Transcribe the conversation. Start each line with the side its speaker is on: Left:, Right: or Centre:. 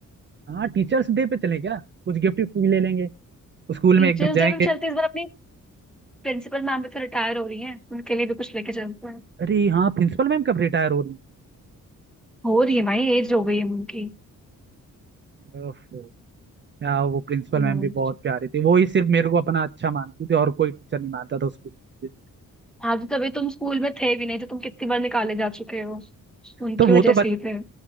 Right: हाँ टीचर्स डे पे चले क्या कुछ गिफ्ट भी ले लेंगे स्कूल
Centre: टीचर्स
Right: में एकदम जाएंगे
Centre: डे पे भी चलते हैं। इस बार अपनी प्रिंसिपल मैम भी तो रिटायर हो रही हैं उनके लिए भी कुछ लेके चलते हैं
Right: अरे हाँ प्रिंसिपल मैम कब रिटायर हो रही
Centre: हो रही है भाई एज हो गई है उनकी
Right: हैं? ओफो यार वो प्रिंसिपल
Centre: हम्म
Right: मैम भी बहुत प्यारी थी वो ही सिर्फ मेरे को अपना अच्छा मानती थी और कोई टीचर नहीं मानता था स्कूल में
Centre: आज तो तभी तुम स्कूल में थे भी नहीं तो तुम कितनी बार निकाले जा चुके हो उनकी
Right: तो वो
Centre: वजह
Right: तो बच
Centre: से ही थे